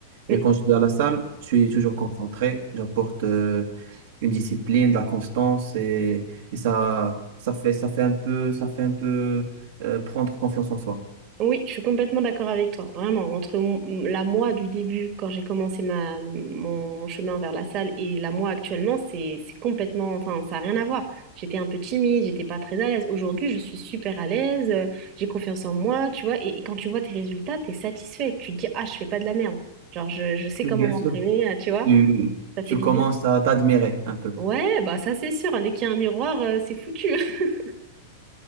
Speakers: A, on the right; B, on the right.
A: Et
B: Mm.
A: quand je suis dans la salle, je suis toujours concentré, j'apporte euh, une discipline, de la constance et, et ça, ça fait, ça fait un peu, ça fait un peu euh, prendre confiance en soi.
B: Oui, je suis complètement d'accord avec toi. Vraiment, entre mon- la moi du début, quand j'ai commencé ma, mon, chemin vers la salle, et la moi actuellement, c'est c'est complètement, enfin, ça n'a rien à voir. J'étais un peu timide, j'étais pas très à l'aise. Aujourd'hui, je suis super à l'aise, euh, j'ai confiance en moi, tu vois. Et, et quand tu vois tes résultats, t'es satisfait. Tu te dis, ah, je fais pas de la merde. Genre, je, je sais comment
A: Oui, Bien
B: m'entraîner,
A: sûr.
B: ah, tu vois,
A: Tu,
B: ça fait
A: tu
B: du
A: commences
B: bien.
A: à t'admirer un peu.
B: Ouais, bah ça c'est sûr, hein, dès qu'il y a un miroir, euh, c'est foutu. <laughs>